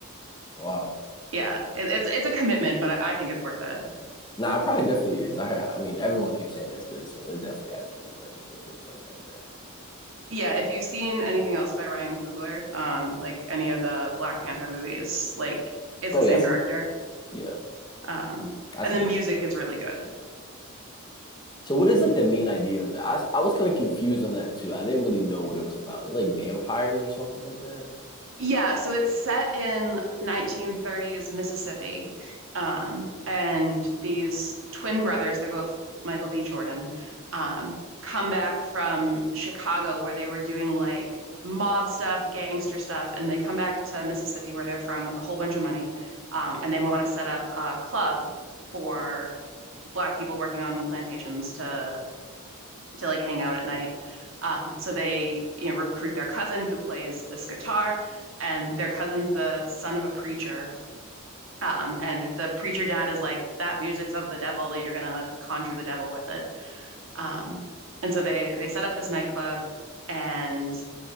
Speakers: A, on the left; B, on the right.
A: Wow.
B: yeah, it, it's it's a commitment, but I, I think it's worth it.
A: Nah, it probably definitely is. I heard- I mean, everyone keeps saying it's good, so it definitely has to be like good or something like that.
B: Yeah, if you've seen anything else by Ryan Coogler, um, like any of the Black Panther movies, like it's
A: Oh
B: the same
A: yeah, I seen.
B: director.
A: Yeah,
B: Um,
A: I
B: and
A: seen.
B: the music
A: Black
B: is really good.
A: So what is like the main idea of it? I, I was kind of confused on that too. I didn't really know what it was about. It was like vampires or something like that.
B: Yeah, so it's set in 1930s Mississippi. Um, and these twin brothers, they're both Michael B. Jordan, um, come back from Chicago where they were doing like mob stuff, gangster stuff, and they come back to Mississippi where they're from with a whole bunch of money. Um, and they want to set up a club for black people working on the plantations to to like hang out at night. Um, so they, you know, recruit their cousin who plays this guitar, and their cousin's the son of a preacher. Um, and the preacher dad is like, that music's of the devil. You're gonna conjure the devil with it. Um, and so they they set up this nightclub, and